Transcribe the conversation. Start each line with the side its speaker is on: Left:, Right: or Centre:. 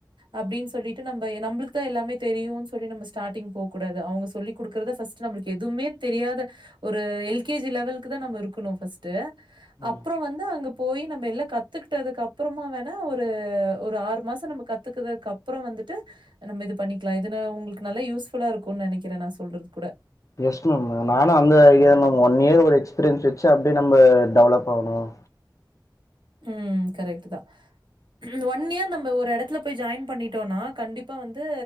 Right: அப்டின்னு சொல்லிட்டு நம்ம நம்பளுக்கு தான் எல்லாமே தெரியும்ன்னு சொல்லி நம்ம ஸ்டார்ட்டிங்ள போக கூடாது. அவங்க சொல்லி குடுக்கறத ஃபஸ்ட்டு நம்மளுக்கு எதுவுமே தெரியாத ஒரு எல் கே ஜி லெவல்கக்கு தான் நம்ம. இருக்கணு ஃபர்ஸ்ட்டு.
Left: ம்
Right: அப்புறம் வந்து அங்க போய் நம்ம எல்லாம் கத்துக்கிட்டதுக்கு அப்புறமா வேணா ஒரு ஒரு ஆறு மாசம் நம்ம கத்துக்கதுக்கு அப்புறம் வந்துட்டு நம்ம இது பண்ணிக்கலா இதுன உங்களுக்கு நல்லா யூஸ்ஃபுல்லா இருக்குனு நெனைக்கிறேன் நான் சொல்றது கூட
Left: எஸ் மேம் நானு அந்த ஐடியாலதா மேம் ஒன் இயர் ஒரு எக்ஸ்பீரியன்ஸ் வச்சு அப்டியே நம்ம டெவலப் ஆகணும்.
Right: உம் கரெக்ட் தான் ஒன் இயர் நம்ம ஒரு எடத்துல போய் ஜாயின் பண்ணிட்டோனா கண்டிப்பா வந்து